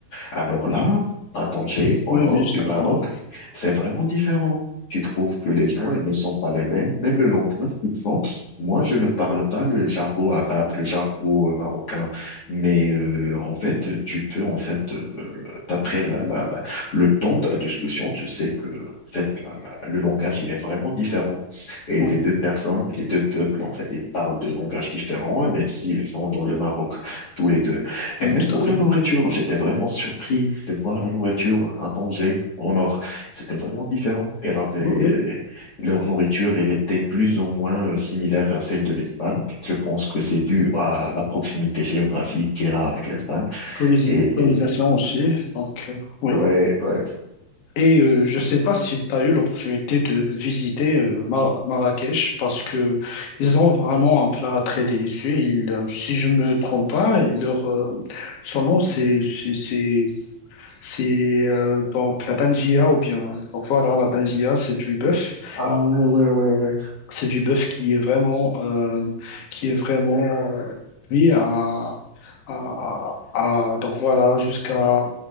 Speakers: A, on the left (about 55°); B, on the left (about 85°).
A: Alors là, à Tanger, au
B: Oui,
A: nord
B: oui, je
A: du
B: la
A: Maroc,
B: connais.
A: c'est vraiment différent. Tu trouves que les gens ils ne sont pas les mêmes, même le langage qu'ils sont. Moi, je ne parle pas le jargon arabe, le jargon euh, marocain, mais euh, en fait, tu peux en fait, euh, d'après la, la, la- le ton de la discussion, tu sais que en fait, la- la- la- le langage il est vraiment différent. Et
B: Mhm.
A: les deux personnes, les deux peuples en fait, ils parlent de langages différents, même s'ils sont dans le Maroc tous les deux.
B: Oui,
A: Et même
B: tout
A: pour
B: à fait.
A: la nourriture, j'étais vraiment surpris de voir la nourriture à Tanger, au nord. C'était vraiment différent. Elle avait,
B: Oui, oui.
A: euh, leur nourriture, elle était plus ou moins euh, similaire à celle de l'Espagne. Je pense que c'est dû à la proximité géographique qu'elle a avec l'Espagne.
B: Colisi-
A: Et
B: Colonisation aussi. Donc, euh, oui.
A: ouais, ouais.
B: Et euh, je ne sais pas si tu as eu l'opportunité de visiter euh, Mar- Marrakech parce que ils ont vraiment un plat très délicieux. Ils, euh, si je me trompe pas, ils leur, euh, son nom, c'est c'est c'est- c'est, euh, donc la tangia ou bien. Donc voilà, la tangia, c'est du bœuf.
A: Ah ouais, ouais, ouais, ouais.
B: C'est du bœuf qui est vraiment, euh, qui est vraiment euh, cuit à, à- à- à- donc voilà, jusqu'à